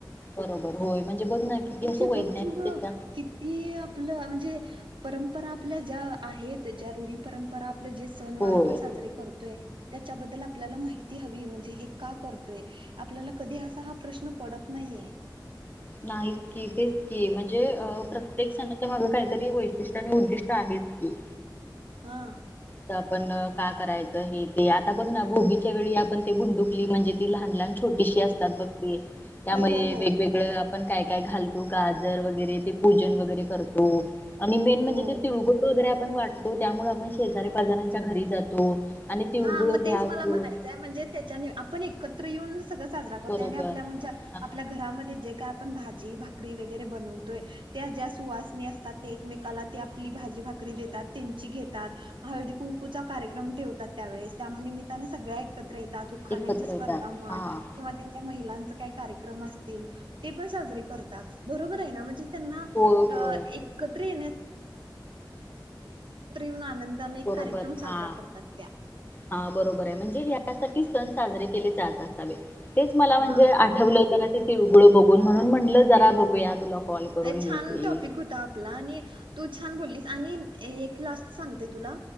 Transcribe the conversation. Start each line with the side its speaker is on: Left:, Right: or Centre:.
Left: बरोबर होय म्हणजे बघ ना किती
Right: म्हणजे
Left: असं वैज्ञानिक
Right: बघ कीं ग किती आपलं म्हणजे परंपरा आपल्या ज्या आहेत ज्या रूढी परंपरा आपलं जे सण वार
Left: होय
Right: आपण साजरे करतोय त्याच्याबद्दल आपल्याला माहिती हवी म्हणजे हे का करतोय? आपल्याला कधी असा हा प्रश्न पडत नाहीये
Left: नाही की तेच की म्हणजे?
Right: हो.
Left: प्रत्ये काहीतर <inaudible> उद्दिष्ट आहे की
Right: हा
Left: तर आपण का करायचं हे ते आता बघ ना भोगी च्या वेळी आपण ते बुंडुकली म्हणजे ती लहान-लहान छोटीशी असतात बघ त्यामध्ये
Right: हो हो हो
Left: वेगवेगळ आपण काय काय घालतो गाजर वगैरे ते पूजन वगैरे करतो आणि मेन म्हणजे
Right: हो
Left: ते तिळगोट वगैरे आपण वाटतो त्यामुळे आपण शेजारी पाजार्यांन च्या घरी जातो आणि तिळगुळ
Right: हा मग
Left: घ्या
Right: तेच मला
Left: गोड
Right: म्हणायचंय म्हणजे त्याच्याने आपण एक एकत्र येऊन साजरा करतो,
Left: बरोबर हा
Right: आपल्या घरामध्ये जे काय आपण भाजी भाकरी वगैरे बनवतोय त्या ज्या सुवासनी असतात त्या एकमेकाला आपली भाजी भाकरी देतात त्यांची घेतात हळदी कुंकूचा कार्यक्रम ठेव त्यावेळेस त्यामुळे मी त्यांना सगळ्या ऐकत खाण्या
Left: एकत्र
Right: स्पर्धा
Left: येतात
Right: म्हण
Left: हा
Right: किंवा त्यांच्या महिलांच काही कार्यक्रम अस ते पण साजरे करतात बरोबर आहे म्हणजे त्यांना
Left: होय होय
Right: एकत्र ये <inaudible> आनंदाने एक
Left: बरोबर
Right: कार्यक्रम साजरा
Left: हा
Right: करतात त्या.
Left: हा बरोबर आहे म्हणजे हसाठी सण साजरे केले जात असावे तेच मला
Right: हां.
Left: म्हणजे आठवलं तर तिळगुळ बघून म्हणून म्हटलं जरा बघूया तुला कॉल करून हे
Right: छान
Left: ते.
Right: टॉपिक होता आपला आणि तू छान बोललीस आणि एक लास्ट सांगतेय तुला.